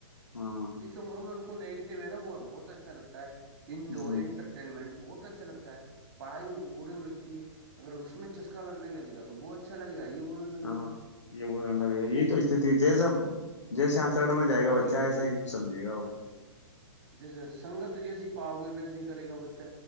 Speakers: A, on the left (about 75°); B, on the right (about 45°).
A: ہاں
B: اس عمر میں ان کو نگیٹو ہے نا وہ بہت اچھا لگتا ہے انجوائے
A: ہ
B: انٹرٹینمنٹ بہت اچھا لگتا ہے پڑھائی ان کو بورنگ لگتی ہے اگر اس میں چسکا لگنے لگےا تو بہت اچھا لگ گا یہ بورنگ لگے
A: ہاں
B: گی
A: یہ وہگ است جی سب جیسے آج ر میں جائے گا
B: جی
A: بچہ
B: جی
A: ایسا ہی سمجے گا وہ
B: جیسے سنگت جیسی پاؤ گے ویسے ہی کرے گا بچہ